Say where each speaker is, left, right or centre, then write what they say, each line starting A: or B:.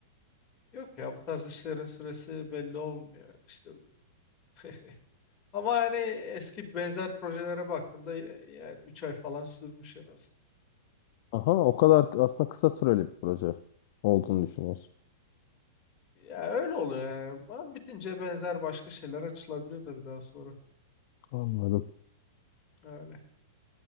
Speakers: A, on the left; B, on the left.
A: Yok ya bu tarz işlerin süresi belli olmuyor yani işte. <laughs> Ama hani eski benzer projelere baktığımda y- yani 3 ay falan sürmüş en az.
B: Aha o kadar aslında kısa süreli bir proje olduğunu düşünüyorsun.
A: Ya öyle oluyor yani. Ama bitince benzer başka şeyler açılabiliyor tabii daha sonra.
B: Anladım.
A: Öyle.